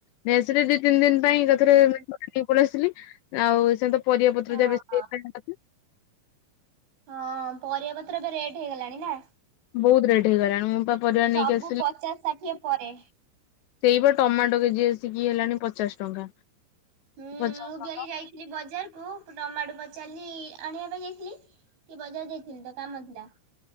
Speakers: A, on the left; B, on the right.
A: ନେଇ ଆସିଲେ ଦି ତିନି ଦିନ ପାଇଁ ଏକାଥରେ।
B: ହୁଁ
A: ପଳେଇଆସିଲି ଆଉ ସେ ପରିବାପତ୍ର
B: ହଁ
A: ଯା ବେଶୀ <unintelligible>
B: ହଁ ପରିବା ପତ୍ର ଏବେ ରେଟ୍ ହେଇଗଲାଣି ନା।
A: ବହୁତ୍ ରେଟ ହେଇଗଲାଣି ମୁଁ ପା। ପରିବା
B: ସବୁ
A: ନେଇକି ଆସିଲି
B: ପଚାଶ ଷାଠିଏ ପରେ।
A: ସେଇପା ଟମାଟୋ କେଜି ଆସିକି ହେଲାଣି ପଚାଶ ଟଙ୍କା।
B: ହୁଁ ମୁଁ
A: ପଚାଶ ଟଙ୍କା
B: ବି ଆଜି ଯାଇଥିଲି ବଜାରକୁୁ ଟମାଟୁ ପଚାରିଲି ଆଣିବା ପାଇଁ ଯାଇଥିଲି। ଟିକେ ବଜାର ଯାଇଥିଲି ତ କାମ ଥିଲା।